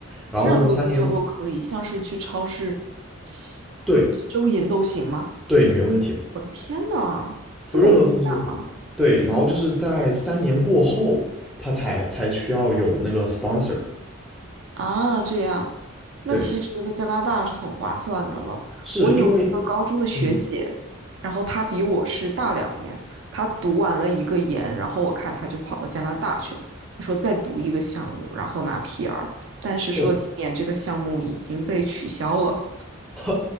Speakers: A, in the centre; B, on the right.
A: 然后呢，
B: 任何工作都可以，
A: 三年，
B: 像是去超市吸
A: 对
B: 收银都行吗？
A: 对，没问题的，
B: 我的天呐，这么不一样。
A: 就任何工作都可以。对，然后就是在三年过后，他才才需要有那个 sponsor。
B: 啊，这样，那其实，
A: 对，
B: 在加拿大是很划算的了。
A: 是因为，
B: 我有一个高中的学姐，
A: 嗯，
B: 然后她比我是大两年，她读完了一个研，然后我看她就跑到加拿大去了。她说再读一个项目，然后拿 PR，但是说今年这个项目已经被取消了。
A: 对，<laughs>